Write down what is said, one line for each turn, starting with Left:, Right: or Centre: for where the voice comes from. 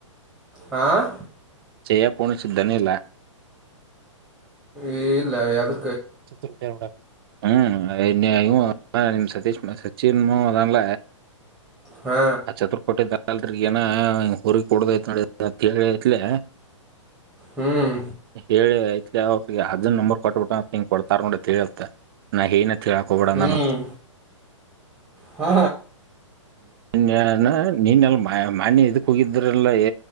Centre: ಹಾಂ
Right: ಜಾ ಪಣ ಸ್ದನಿಲ್ಲ
Centre: ಏ ಇಲ್ಲ ಯದು
Right: ಚತು ಟ ಉಡ <inaudible> ಹ್ಮ್ನ್ ನಿಮ್ ಸತೀಶ ಸಚೀನ್ಮನ್
Centre: ಹಾ
Right: ಆ ಚತುರ್ಕೋಟಿದ ಕಲ್ದಗ್ ಏನ ಊರಿಗ್ ಕುಡದೈತ್ ನೋಡ ಹೇಳಿತ್ಲೆ
Centre: ಹ್ಮ್
Right: ಹೇಳಿ ಆಯ್ತು ಗೆ ಅದ ನಂಬರ್ ಕಟ್ಟಬಿಟ್ಟ ಹಂಗ ಕೊಡ್ತಾರ ನೋಡ ಹೇಳಳ್ ನಾ ಏನ್ ರಕಬಡ
Centre: ಹ್ಮ್
Right: ನ <inaudible>
Centre: ಹಾ
Right: ನಿನ್ ನೀನ್ನಲ್ಲ ಮಾನ್ಯ ಇದಕ್ ಹೋಗಿದ್ರಲ್ಲ